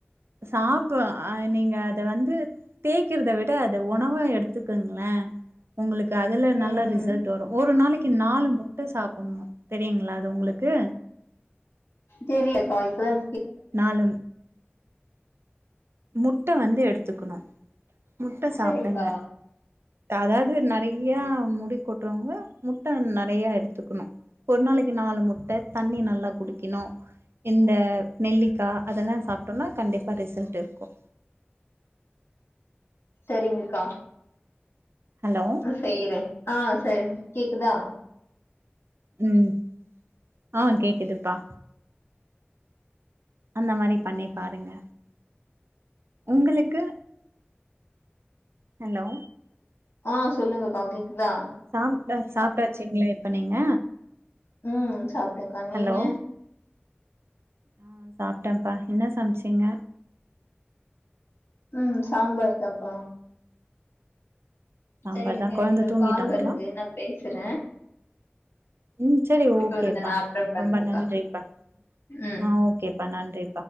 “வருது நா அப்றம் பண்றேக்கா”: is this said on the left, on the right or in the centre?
Left